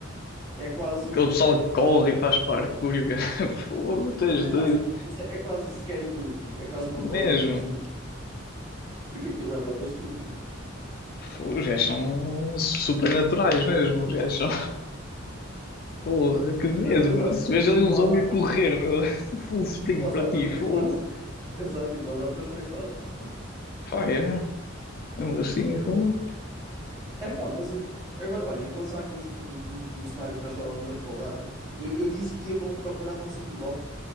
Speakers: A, on the right; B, on the left.
A: É quase
B: Aquele
A: um.
B: pessoal que corre e faz parkour. e o cara- <laughs> Fogo, tens
A: É
B: doido.
A: pá, mas é é quase um scary movie. É quase uma
B: Mesmo.
A: paródia de filme. Porque aquilo é bué estúpido.
B: Fogo, Os gajos são supernaturais mesmo. Os gajos são. Porra, é que mesmo.
A: Mas pensar
B: meu.
A: assim,
B: Se vejo ali um
A: para
B: zombie
A: os ato-
B: a correr, meu, <laughs> full sprint
A: para os
B: para
A: atores
B: ti,
A: foi
B: fogo.
A: fácil. Pensar assim, para os atores foi fácil.
B: Pá, é. Mesmo assim, fogo.
A: É pá, mas eh, agora, olha, em relação àquilo do, do, do cenário que nós estávamos a falar, eu, eu disse que ia pa- procurar um sítio alto.